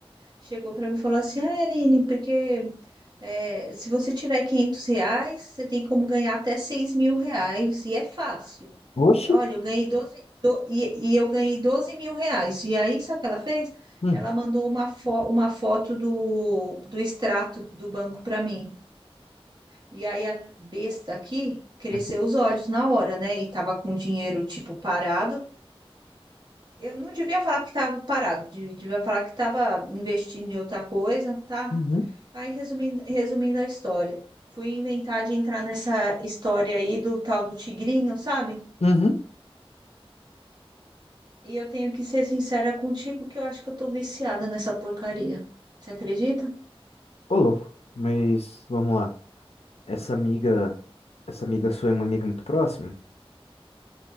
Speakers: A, on the right; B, on the left.
A: chegou para mim e falou assim: Ah, Aline, porque É, se você tiver 500 reais, você tem como ganhar até 6 mil reais e é fácil.
B: Oxi.
A: E Olha, eu ganhei doze do- e, e eu ganhei 12 mil reais. E aí, sabe o que ela fez?
B: Hum.
A: Ela mandou uma, fo- uma foto do, do extrato do banco para mim. E aí a besta aqui cresceu
B: acre-
A: os olhos na hora, né? E tava com o dinheiro tipo parado. Eu não devia falar que estava parado, de- devia falar que estava investindo em outra coisa, tá?
B: Uhum.
A: Aí, resumindo, resumindo a história, fui inventar de entrar nessa história aí do tal do tigrinho, sabe?
B: Uhum.
A: E eu tenho que ser sincera contigo que eu acho que eu tô viciada nessa porcaria. Você acredita?
B: Ô, louco. Mas vamos lá. Essa amiga, essa amiga sua é uma amiga muito próxima?